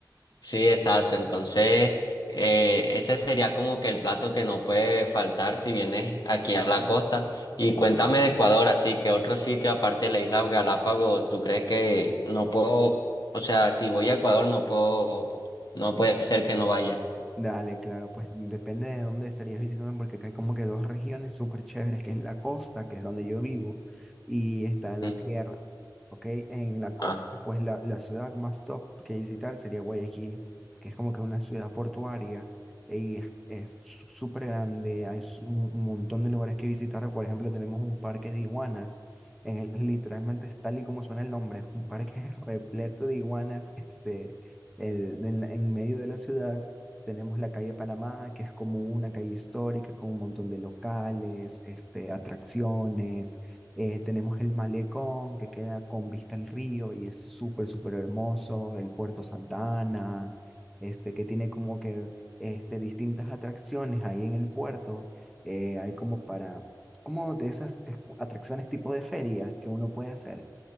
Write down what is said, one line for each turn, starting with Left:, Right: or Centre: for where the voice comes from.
Left: Sí, exacto. Entonces, eh, ese sería como que el plato que no puede faltar si vienes aquí a la costa. Y cuéntame de Ecuador, así que otro sitio aparte de la isla Galápagos, ¿tú crees que no puedo, o sea, si voy a Ecuador no puedo, no puede ser que no vaya?
Centre: Dale, claro, pues depende de dónde estarías visitando, porque acá hay como que dos regiones súper chéveres, que es la costa, que es donde yo vivo, y está la
Left: Ujú.
Centre: sierra, ¿ok? En la costa,
Left: Ah,
Centre: pues la, la ciudad más top que visitar sería Guayaquil, que es como que una ciudad portuaria, y es, es su- súper grande, hay su- un montón de lugares que visitar, por ejemplo, tenemos un parque de iguanas, en el- literalmente es tal y como suena el nombre, es un parque <laughs> repleto de iguanas, este eh, de en la- en medio de la ciudad tenemos la calle Panamá, que es como una calle histórica con un montón de locales, este, atracciones. Eh, tenemos el malecón, que queda con vista al río y es súper, súper hermoso. El Puerto Santa Ana, este, que tiene como que este, distintas atracciones ahí en el puerto. Eh, hay como para, como de esas eh, atracciones tipo de feria que uno puede hacer.